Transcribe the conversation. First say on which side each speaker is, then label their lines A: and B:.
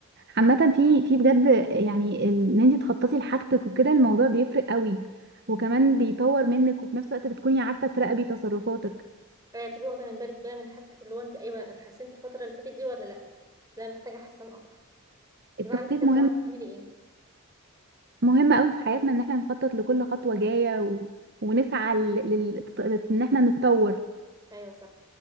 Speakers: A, on the right (about 50°); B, on the right (about 15°).
A: عامه في في بجد يعني ال- ان انت تخططي لحاجتك وكده الموضوع بيفرق قوي وكمان بيطور منك وفي نفس الوقت بتكوني عارفه تراقبي تصرفاتك
B: هي بتبقي واخده من بالك بقى من حاجتك اللي هو انت ايوه اتحسنت الفتره اللي فاتت دي ولا لا لا محتاجه احسن اكتر
A: التخطيط
B: يبقى عندك جدول
A: مهم
B: عارفه تعملي ايه
A: مهم قوي في حياتنا ان احنا نخطط لكل خطوه جايه و... ونسعى لل... لل... ان احنا نتطور
B: ايوه صح